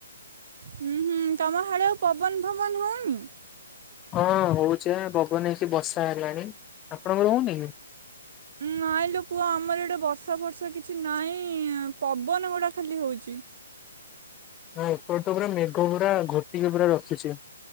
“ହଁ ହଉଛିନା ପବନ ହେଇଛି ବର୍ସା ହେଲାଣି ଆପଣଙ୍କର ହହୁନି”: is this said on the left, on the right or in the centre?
Left